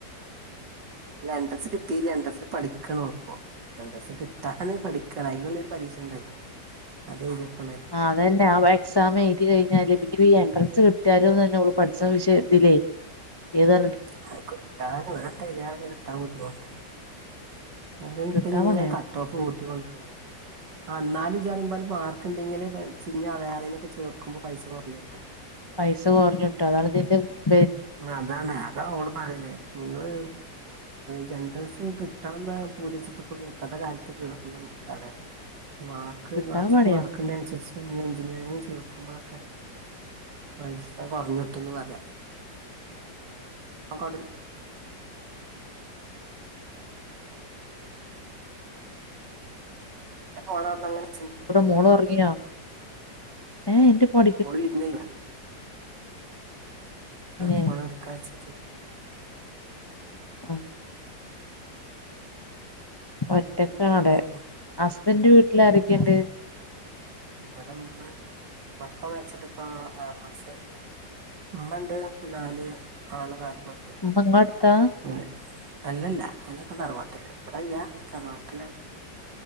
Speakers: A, on the right; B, on the left.
A: എൻട്രൻസ് കിട്ടില്ല എൻട്രൻസ് പഠിക്കാണോ ഇപ്പൊ ണ്ട്രസ് കിട്ടാന് പഠിക്കണം അതിനുള്ളൊരു പരീക്ഷ ഉണ്ടായിരുന്നു അതഴിഞ്ഞപ്പളെ
B: ആ അതന്നെ ആ എക്സാം എഴുതി കഴിഞ്ഞാല് പിന്നെ ഈ എൻട്രൻസ് കിട്ടാലോന്ന് തന്നെള് പഠിച്ച വിശയത്തിലേ ഏതാ
A: അത് കിട്ടാൻ <unintelligible> അല്ലേ ഇപ്പ
B: കിട്ടാൻ
A: ഇങ്ങെ
B: പണിയാ
A: കട്ട് ഓഫ് കൂട്ടിക്കൊണ്ടിരുന്നെ എന്നാല് <unintelligible> മാർക്ക്ണ്ടെങ്കില് പിന്നെ വേറെേനൊക്കെ ചേർക്കുമ്പോ പൈസ കുറഞ്ഞ് കിട്ടും
B: പൈസ കുറഞ്ഞിട്ടോ അതാണിതിന്റെ
A: അതാണ് അതാ ഓള് പറയിന്നേ നിങ്ങള് ട്രൻസ് കിട്ടണന്ന് പൂജിച്ചിട്ട് ഇപ്പ ഇപ്പത്തെ കാലത്ത് <unintelligible> ഇതാണ് പ മാർക്ക്
B: കിട്ടാൻ
A: കൊറച്ചൊക്കെ
B: പണിയാ
A: മാർക്ക് ഉണ്ടെ അനുസരിച്ച് എഞ്ചിനീയറിങ്ങ് ചേർക്കുമ്പോളൊക്കെ പൈസ കുറഞ്ഞിട്ട്ന്ന് പറയാം കൊണ്ട <unintelligible> ഓള അവിടുന്നങ്ങനെ
B: മോള് ഒറങ്ങിയോ ഏഹ് ഇന്റെ മ
A: ഓള് <unintelligible>
B: ഏഹ്
A: ഫോണ് എടുക്കാ വെച്ചിട്ട്
B: ആഹ് ഒറ്റക്കാണവിടെ
A: ഓള്
B: ഹസ്ബന്റ് വീട്ടിലാരൊക്കേണ്ട്
A: ഇവിട ഇമ്മയും പപ്പ മരച്ചിട്ട് ഇപ്പ ആറുമാസായി ഇമ്മ ഇണ്ട് നാല് ആണും നാല് പെണ്ണൂണ്ട്
B: ഉമ്മ ഇങ്ങളെ അടുത്താ
A: ഓല് അല്ലല്ല ഒലൊക്കെ തറവാട്ടില് ഇവടെ അല്ല തറവാട്ടിലാണ്